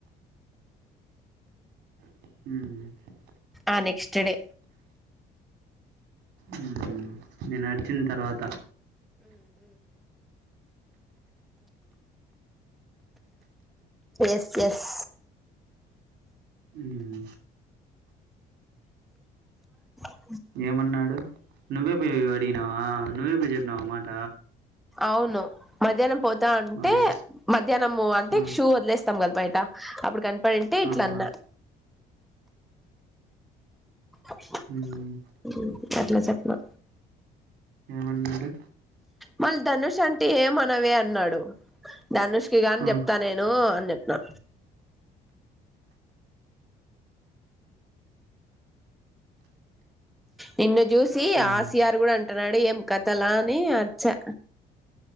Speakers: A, on the right; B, in the centre.
A: హ్
B: ఆ నెక్స్ట్ డే
A: ఉమ్, నేను అరిచిన తర్వాత
B: ఎస్ ఎస్
A: ఉమ్,
B: <inaudible>
A: ఏమన్నాడు? నువ్వే పోయి అడిగినావా, నువ్వే పోయి చెప్పినావ మాట.
B: అవును మధ్యాహ్నం పోతాంటే
A: వాడి
B: మధ్యాహ్నం అంటే
A: ఆ,
B: షూ వదిలేస్తాం కదా బయ ట అప్పుడు కనపడింటే ఇట్లా
A: ఆ, ఆ,
B: అన్నా. ఉ
A: ఉమ్,
B: అట్లా చెప్పినా.
A: ఏమన్నాడు
B: మళ్ ధనుష్ అంటే ఏమనవే అన్నాడు. ధనుష్కి గాని
A: ఆ,
B: చెప్తా నేను అని చెప్నా. నిన్ను చూసి
A: ఉమ్,
B: ఆ సిఆర్ కూడా అంటున్నాడు ఏం కథలా అని అర్చా.